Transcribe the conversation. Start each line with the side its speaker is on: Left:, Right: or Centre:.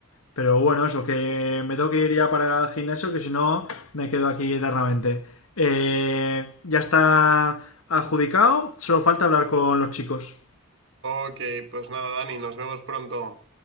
Left: Pero bueno, eso, que me tengo que ir ya para el gimnasio, que si no, me quedo aquí eternamente. Eh, ya está adjudicado, solo falta hablar con los chicos.
Right: Ok, pues nada, Dani, nos vemos pronto.